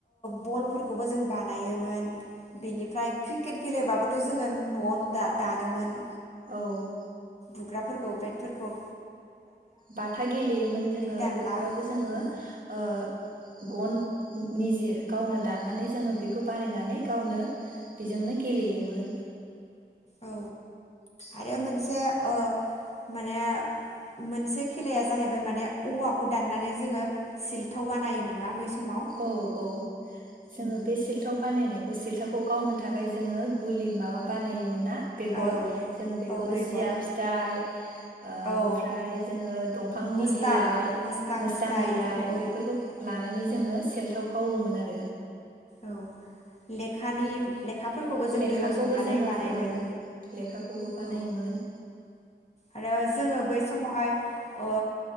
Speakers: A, on the left; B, on the right.
A: बलफोरखौबो जों बानाय मोन बिनिफ्राय क्रिकेट गेलेबाबोथ' जोङो न'आवनो दा-दानोमोन
B: औ।
A: बुग्राफोरखौ बेदफोरखौ
B: बाथा गेलेयोमोन जोङो
A: दानला
B: बेफोरावबो जोङो
A: औ
B: ओ गन निजे गावनो दाननानै जोङो बेखौ बानायनानै गावनो बेजोंनो गेलेयोमोन।
A: औ आरो मोनसे ओ माने मोनसे खेलाया जाहैबाय माने औवाखौ दाननानै जोङो सिलथाव बानायोमोन ना बै समाव
B: औ औ जोङो
A: उम
B: बे सिल्थाव बानायनाय सेल्थाखौ गावनो थाखाय जोङो गुलि माबा बानायोमोन ना बेगर
A: औ
B: जोङो बेखौ
A: औ बेगर
B: जिया फिथाइ ओ
A: औ
B: ओमफ्राय जोङो दंफांनि
A: मोसथां
B: बिलाइ
A: मोसथां
B: मोस्थां
A: फिथाइ
B: बिलाइ
A: बेफोरखौबो
B: बेफोरखौ लानानै
A: उम
B: जोङो। गावोमोन आरो
A: औ लेखानि लेखाफोरखौबो जों
B: लेखाखौबो
A: दैयाव सोमनानै
B: जोङो
A: बानायोमोन
B: औ लेखाखौबो बानायोमोन
A: औ आरो जोङो बै समावहाय ओ